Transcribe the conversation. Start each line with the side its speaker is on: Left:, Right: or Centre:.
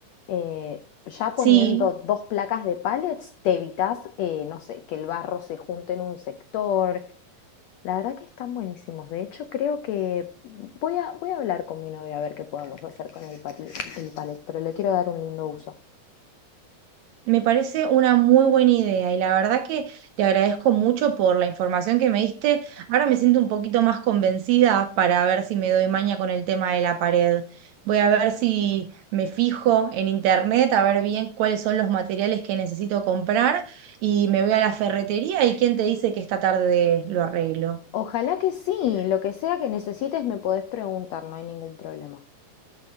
Left: eh, ya poniendo
Right: Sí,
Left: dos placas de pallets, te evitas, eh, no sé, que el barro se junte en un sector. La verdad que están buenísimos. De hecho, creo que voy a, voy a hablar con mi novia a ver qué podemos hacer con el, pati- el palet pero le quiero dar un lindo uso.
Right: Me parece una muy buena idea y la verdad que te agradezco mucho por la información que me diste. Ahora me siento un poquito más convencida para ver si me doy maña con el tema de la pared. Voy a ver si me fijo en internet, a ver bien cuáles son los materiales que necesito comprar y me voy a la ferretería y quién te dice que esta tarde lo arreglo.
Left: Ojalá que sí, lo que sea que necesites me podés preguntar, no hay ningún problema.